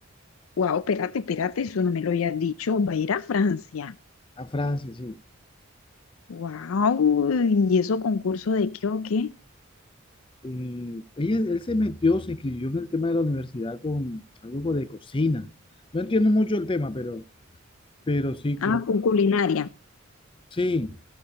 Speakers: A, on the left; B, on the left.
A: Wow, espérate, espérate, eso no me lo habías dicho. Va a ir a Francia.
B: a Francia, sí.
A: Wow. ¿Y eso concurso de qué o qué?
B: eh, ella- él se metió, se escribió en el tema de la universidad con algo co- de cocina. No entiendo mucho el tema, pero, pero sí, co-
A: Ah, con culinaria.
B: sí,